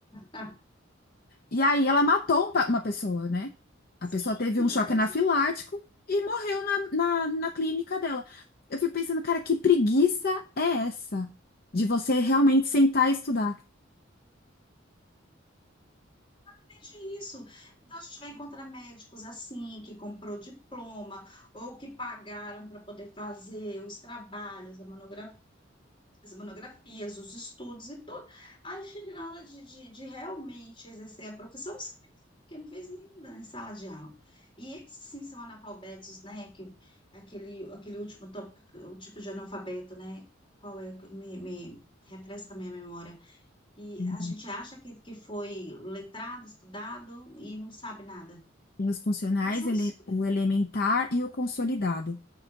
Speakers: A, on the left; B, on the left.
A: <laughs>
B: E aí ela matou um pa- uma pessoa, né? A
A: Sim,
B: pessoa teve um choque
A: pois
B: anafilático
A: é.
B: e morreu na, na, na clínica dela. Eu fico pensando, cara, que preguiça é essa de você realmente sentar e estudar?
A: exatamente isso. Então, a gente vai encontrar médicos assim, que comprou diploma, ou que pagaram para poder fazer os trabalhos, a monogra- as monografias, os estudos e tudo. Aí chega na hora de, de, de realmente exercer a profissão, não sei, porque não fez nada em sala de aula. E esses sim são analfabetos, né? Que, aquele, aquele último tópico, o tipo de analfabeto, né? Qual é? Me, me refresca a minha memória. E
B: Uhum.
A: a gente acha que, que foi letrado, estudado e não sabe nada.
B: Tem os funcionais,
A: Eles são
B: ele,
A: os-
B: o elementar e o consolidado.